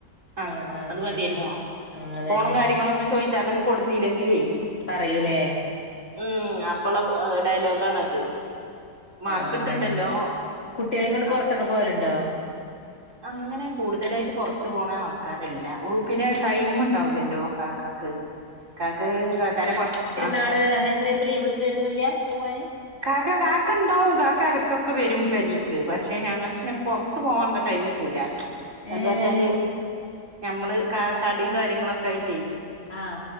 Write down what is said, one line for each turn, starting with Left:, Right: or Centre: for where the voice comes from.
Right: ആ,
Left: ആഹ് ആഹ്
Right: അത്
Left: ആഹ്
Right: മതിയല്ലോ
Left: ആഹ് അതന്നെ
Right: ഫോണും കാര്യങ്ങളഒന്നും ചോദിച്ചാലൊന്നും കൊടുത്തില്ലെങ്കില്
Left: പറയൂലേ?
Right: ഉം അപ്പുള്ള ഡയലോഗാണത് മാർക്കിട്ടുണ്ടല്ലോ
Left: ആഹ് അതന്നെ കുട്ടികളെയും കൊണ്ട്
Right: അപ്പൊ
Left: പുറത്തൊക്കെ പോവലുണ്ടോ
Right: അങ്ങനെ കൂടുതലായിട്ട് പുറത്തു പോണ ആൾക്കാ അല്ലഓ പിന്നെ ടൈം ണ്ടാവൂലല്ലോ കാക്കാക്ക് കാക്ക് <unintelligible>
Left: അങ്ങനെൊ വരുമ്പോ ലീവ് എടുത്ത് വരന്നില്ല പോവാന്
Right: കാക്ക കാക്ക ഉണ്ടാവും കാക്ക ഇടക്കൊക്കെ വരുബോ പെരേക്ക് പക്ഷെ ഞങ്ങക്ക് ഇങ്ങനെ പറത്ത് പോവാനുള്ള ടൈം കിട്ടൂല എന്താ
Left: ഏഹ്
Right: വച്ചാല് നമ്മള് ക കടിം കാര്യങ്ങളൊക്കെ ആയിറ്റെയ്
Left: ആഹ